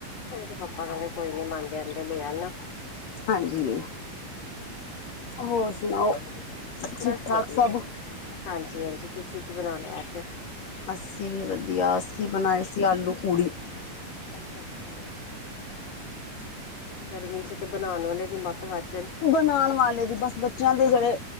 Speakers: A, on the left (about 45°); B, on the left (about 65°).
A: ਤੇ ਪਾਪਾ ਕਹਿੰਦੇ ਕੋਈ ਨੀ ਮੈਂ ਆਂਦੇ ਆਂਦੇ ਲੈ ਆਨਾ।
B: ਹਾਂਜੀ ਹੋਰ ਸੁਣਾਓ। ਠੀਕ
A: ਬਸ
B: ਠਾਕ
A: ਵਧੀਆ
B: ਸਭ
A: ਹਾਂਜੀ ਜੀ ਹਾਂਜੀ ਤੁਸੀਂ ਕੀ ਬਣਾ ਲਿਆ ਅੱਜ
B: ਅੱਸੀਂ ਵੀ ਵਧੀਆ ਅਸੀਂ ਬਣਾਏ ਸੀ ਆਲੂ ਪੂੜੀ
A: ਅੱਛਾ-ਅੱਛਾ ਗਰਮੀ 'ਚ ਤੇ ਬਣਾਉਣ ਵਾਲੇ ਦੀ ਮੱਤ ਵਜ
B: ਬਨਾਉਣ ਵਾਲੇ ਦੀ ਬਸ ਬੱਚਿਆਂ ਦੇ ਜਿਹੜੇ